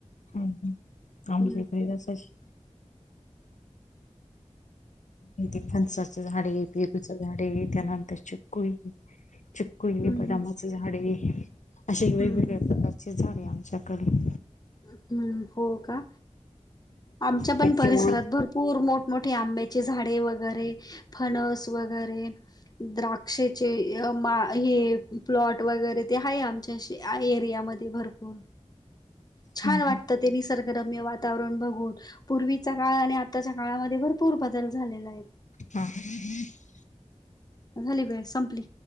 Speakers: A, on the left; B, on the left.
A: हम्, हं
B: हम्म
A: आमच्या हिथ एक असं शे हिथ फणसाच झाडे ये, पेरूचं झाडे ये, त्यानंतर चिक्कु ये. चिक्कु ये,
B: हम्म
A: बदामाचं झाड ये, अशे वेगवेगळ्या
B: हम्म
A: प्रकारचे झाडे आम च्या कडे.
B: हम्म, हो का? आमच्या पण
A: त्याची
B: परिसरात
A: ओळख
B: भरपु पूर मोठमोठे आंब्याचे झाडे वगैरे फणस वगैरे द्राक्षेचे अं मा हे प्लॉट वगैरे ते आहे, आमच्या शे एरियामध्ये भरपूर. छान
A: हम्म
B: वाटतं ते निसर्गरम्य वातावरण बघून. पूर्वीचा काळ आणि आत्ताच्या काळामध्ये भरपूर बदल झालेला आहे.
A: हा, <inaudible>
B: झाली वेळ संपली.